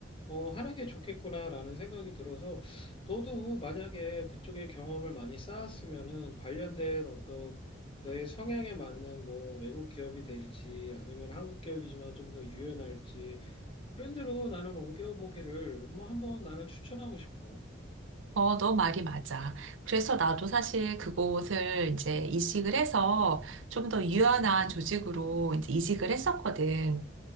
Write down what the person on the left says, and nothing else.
어, 하는 게 좋겠구나라는 생각이 들어서, 너도 만약에 그쪽에 경험을 많이 쌓았으면은 관련된 어떤 너의 성향에 맞는 뭐 외국 기업이 될지 아니면 한국 기업이지만 좀 더 유연할지 그런 대로 나는 옮겨보기를 뭐 한번 나는 추천하고 싶어.
음,